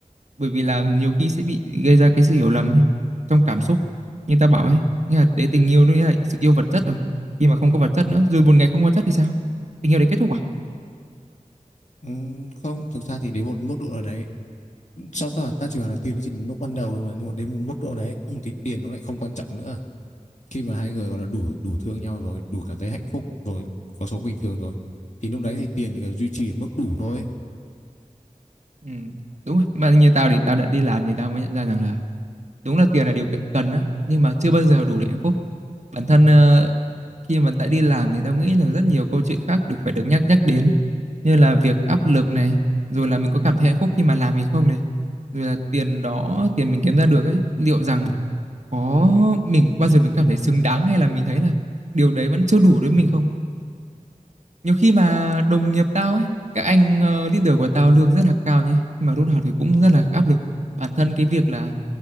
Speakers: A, on the right (about 60°); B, on the left (about 60°).
A: bởi vì là nhiều khi sẽ bị gây ra cái sự hiểu lầm ấy, trong cảm xúc như tao bảo ấy nghĩa là đấy tình yêu nó nghĩa là sự yêu vật chất rồi khi mà không có vật chất nữa rồi một ngày không có vật chất thì sao tình yêu đấy kết thúc à
B: Ừm, không thực ra thì đến một mức độ nào đấy sao ta ta chỉ bảo là tiền nó chỉ là lúc ban đầu thôi mà nhưng mà đến một mức độ đấy <clears throat> thì tiền nó lại không quan trọng nữa khi mà hai người gọi là đủ đủ thương nhau rồi đủ cảm thấy hạnh phúc rồi có sống bình thường rồi thì lúc đấy thì tiền chỉ cần duy trì ở mức đủ thôi
A: Ừ, đúng rồi. Mà như tao thì tao đã đi làm thì tao mới nhận ra rằng là đúng là tiền là điều kiện cần á nhưng mà chưa bao giờ đủ để hạnh phúc. Bản thân ờ, khi mà đã đi làm thì tao nghĩ là rất nhiều câu chuyện khác được phải được nhắc nhắc đến như là việc áp lực này, rồi là mình có cảm thấy hạnh phúc khi mà làm gì không này, rồi là tiền đó tiền mình kiếm ra được ấy, liệu rằng có mình bao giờ mình cảm thấy xứng đáng hay là mình thấy là điều đấy vẫn chưa đủ đối với mình không? nhiều khi mà đồng nghiệp tao ấy các anh ờ, leader của tao lương rất là cao nhé nhưng mà lúc nào thì cũng rất là áp lực bản thân cái việc là